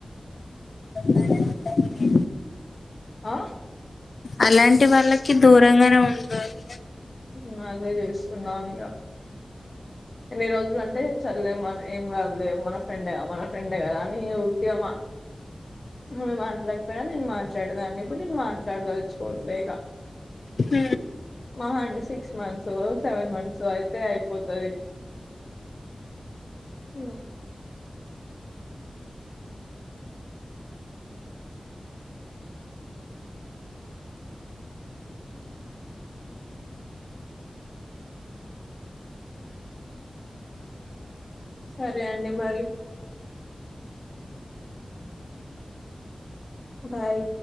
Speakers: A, on the left; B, on the left.
A: ఉండదు.
B: అ
A: అలాంటి వాళ్ళకి దూరంగానే ఉండాలిగ
B: ఊ అదే ఏసునానిగ ఎన్ని రోజులు అంటే చల్లే మన ఏం కాదులే మన ఫ్రెండ్ మన ఫ్రెండ్ ఏ కదా అని యూతిగా ఆమె మాట్లాకపోయినా నేను మాట్లాడేదాన్ని ఇప్పుడు నేను మాట్లాడదలుచుకోవట్లే ఇగ
A: అ
B: మహా అంటే సిక్స్ ఓ మంత్స్ ఓ సెవెన్ మంత్స్ అయితే అయిపోతది ఉహు సరే అండి మరి బాయ్